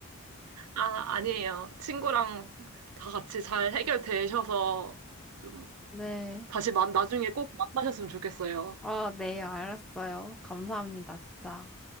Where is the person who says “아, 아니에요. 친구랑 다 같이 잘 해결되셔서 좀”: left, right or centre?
Right